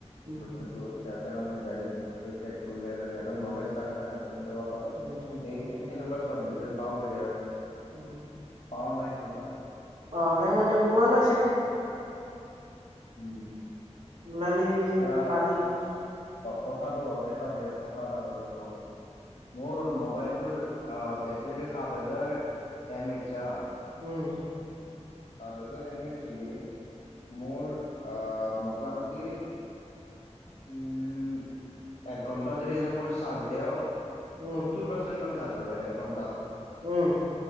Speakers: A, on the right; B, on the left.
A: উম,
B: বস্তুটো সিহতে মানে ডাইৰেক্ট বিক্ৰী কৰি পেলাই উলাইপেলাই সিহত
A: উম,
B: নলেজ থাকে ন সহতে ওলাব পাৰে
A: উম, উম,
B: সেনেকুৱা চট ভিডিঅ' <unintelligible>
A: উম,
B: পাও নাই সনেকুৱা
A: অ নাই মানে উলোৱা নাই চাগে।
B: উম।
A: ইমান দেৰী
B: এতিয়া
A: পানি হয়
B: কথাটো এটা বেয়া কথা এটা হোধো তোক মোৰ মোবাইলটোৰ বেটেৰী সাত হাজাৰ এম এইচ <unintelligible>
A: উম
B: সাত হাজাৰ এম এতচলে মোৰ আহ মোটামুটি উম এক ঘন্টা যদি হিচাপকৰো চাৰ্চ দিয়াও
A: উম,
B: সত্তৰ পাৰ্চেনমান চাৰ্চ হয় এক ঘণ্টাত
A: উম